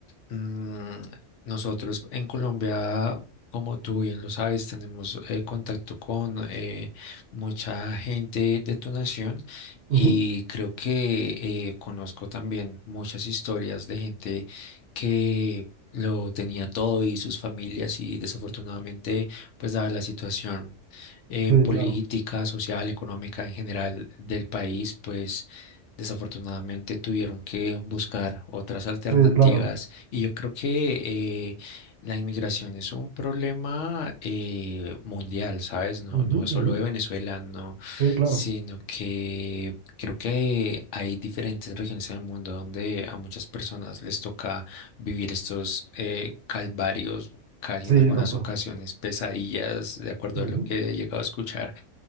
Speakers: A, on the left; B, on the right.
A: Mm, nosotros en Colombia, como tú bien lo sabes, tenemos eh, contacto con eh, mucha gente de tu nación
B: Ujú.
A: y creo que eh, conozco también muchas historias de gente que lo tenía todo y sus familias y desafortunadamente, pues dada la situación eh,
B: Sí,
A: política,
B: claro.
A: social, económica en general del país, pues desafortunadamente tuvieron que buscar otras alternativas
B: Sí, claro.
A: y yo creo que eh, la inmigración es un problema eh, mundial, ¿sabes? No,
B: Ujú,
A: no es
B: ujú.
A: solo de Venezuela, no,
B: Sí, claro.
A: sino que creo que hay diferentes regiones en el mundo donde a muchas personas les toca vivir estos eh, calvarios, casi
B: Sí,
A: en algunas
B: total.
A: ocasiones pesadillas, de acuerdo
B: Ujú.
A: a lo que he llegado a escuchar.